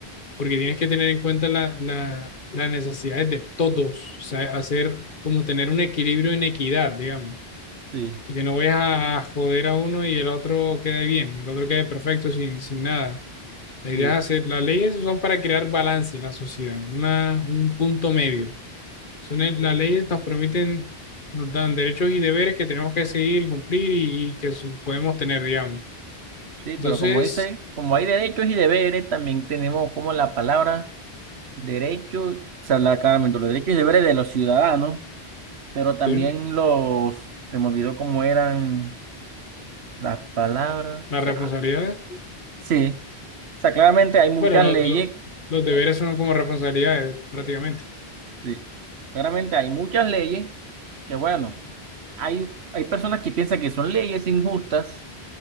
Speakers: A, on the left (about 55°); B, on the right (about 80°).
A: porque tienes que tener en cuenta la, la- las necesidades de todos, o sea, hacer como tener un equilibrio en equidad, digamos,
B: Sí,
A: que no vayas a, a joder a uno y el otro quede bien, el otro quede perfecto sin, sin nada. La
B: sí.
A: idea es hacer, las leyes son para crear balance en la sociedad, una, un punto medio. Son el- las leyes nos permiten, nos dan derechos y deberes que tenemos que seguir, y cumplir y, y que su- podemos tener, digamos.
B: Sí,
A: Entonces,
B: pero como dice, como hay derechos y deberes, también tenemos como la palabra derechos, o sea, la- claramente los derechos y deberes de los ciudadanos Pero también
A: sí,
B: los, se me olvidó cómo eran las palabras.
A: las
B: O sea,
A: responsabilidades,
B: sí. O sea, claramente hay muchas
A: bueno, lo-
B: leyes.
A: lo- los deberes
B: ay,
A: son como responsabilidades prácticamente.
B: Sí. Claramente hay muchas leyes que, bueno, hay, hay personas que piensan que son leyes injustas